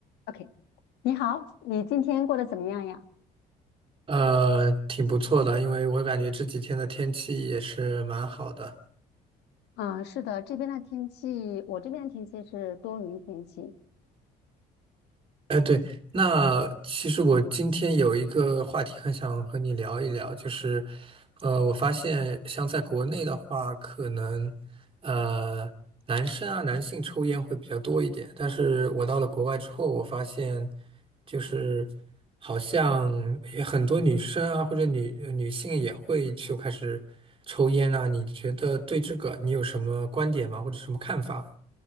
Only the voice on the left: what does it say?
OK，你好，你今天过得怎么样呀？
嗯，是的，这边的天气，我这边的天气是多云天气，